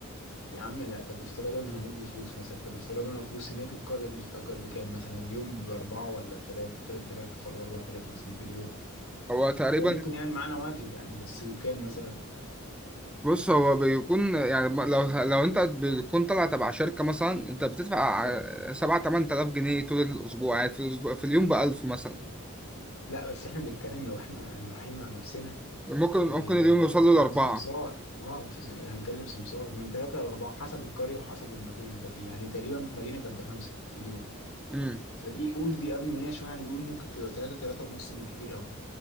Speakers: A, on the left; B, in the centre.
A: يا عم لا طب افتراضا هنقول بفلوس مثلا طب افتراضا لو فلوس هناك القرية دي بتتأجر بكام مثلا اليوم بأربعة ولا بتلاتة تلات آلاف ولا بأربع آلاف مثلا في اليوم
B: هو تقريبا
A: هو ممكن يعني معانا واجب يعني بس بكام مثلا
B: بص هو بيكون يعني م- لو لو انت بتكون طالع تبع شركة مثلا انت بتدفع ع- سبعة تمن تلاف جنيه طول الأسبوع يعني في الأسبوع في اليوم بألف مثلا
A: لا بس احنا بنتكلم لو احنا رايحين مع نفسنا
B: ممكن
A: في
B: ممكن اليوم يوصل له لأربعة
A: سمسار اه في س... هنكلم سمسار من ثلاثة لأربعة حسب القرية وحسب المكان اللي انت فيه يعني تقريبا مارينا كانت بخمسة في اليوم
B: امم
A: فدي قول دي قبل مارينا شوية يعني دي قول ممكن تبقى ثلاثة ثلاثة ونص بالكتير أوي